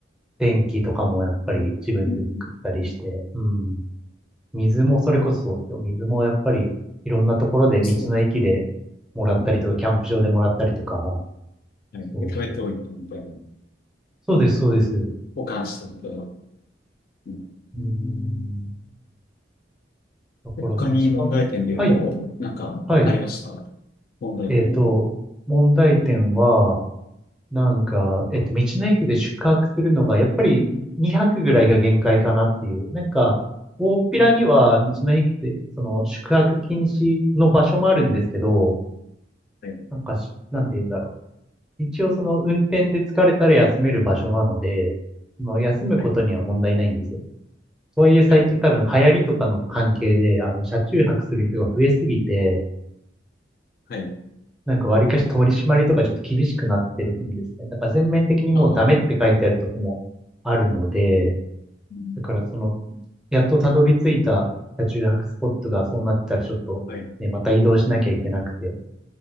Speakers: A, in the centre; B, on the left.
A: 天気とかもやっぱり自分で作ったりして、
B: うん、
A: うん。水もそれこそそうですよ。水もやっぱりいろんなところで道の駅でもらったりとか、
B: そうか。うん、
A: キャンプ場でもらったりとか、
B: はい。
A: そうそう。
B: で、貯めておいてみたいな。
A: そうです、そうです。う
B: 保管しておいて。うん、
A: ーん。
B: うん
A: だから一番、
B: で他に問題点で言うと、
A: はい、
B: なんかありました
A: はい。
B: 問題点は。
A: えっと、問題点は、なんか、えっと、道の駅で宿泊するのが、やっぱり2泊ぐらいが限界かなっていう。なんか、大っぴらには道の駅って、
B: うん、
A: その宿泊禁止の場所もあるんですけど、
B: はい、
A: なんかし、なんて言うんだろう。一応その運転で疲れたら休める場所なので、その休むことには問題ないんですよ。
B: はい、
A: とはいえ最近多分流行りとかの関係で、
B: はい、
A: あの、車中泊する人が増えすぎて、
B: はい。
A: なんか割りかし取り締まりとかちょっと厳しくなってるんですね。だから全面的にもうダメって書いてあるとこもあるので、
B: あー、うん
A: だからその、やっとたどり着いた車中泊スポットがそうなってたらちょっとね、
B: はい。
A: また移動しなきゃいけなくて